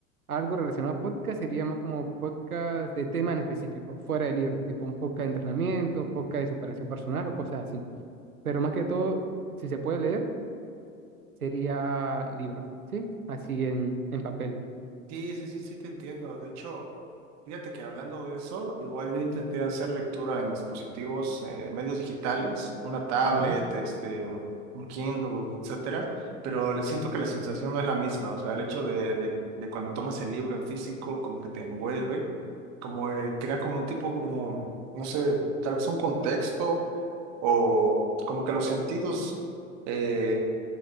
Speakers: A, on the right (about 85°); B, on the right (about 40°).
A: algo relacionado a podcast, sería más como podcast de tema en específico, fuera de libros, tipo un podcast de entrenamiento,
B: Mm.
A: podcast de superación personal o cosas así. Pero más que todo, si se puede leer, sería libros, ¿sí? Así en, en papel.
B: Sí, sí, sí, sí, te entiendo. De hecho, fíjate que hablando de eso, igual yo intenté hacer lectura en dispositivos, eh, medios digitales, una tablet,
A: Ajá.
B: este, un Kindle, etcétera, pero le siento que la sensación no es la misma. O sea, el hecho de, de, de cuando tomas el libro en físico, como que te envuelve, como eh, crea como un tipo, como, no sé, tal vez un contexto o como que los sentidos. eh,